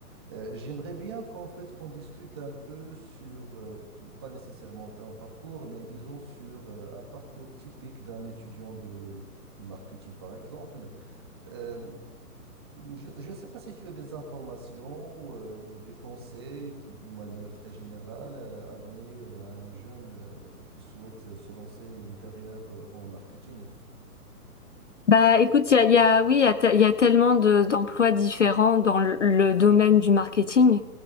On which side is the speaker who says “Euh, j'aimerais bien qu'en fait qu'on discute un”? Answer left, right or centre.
Right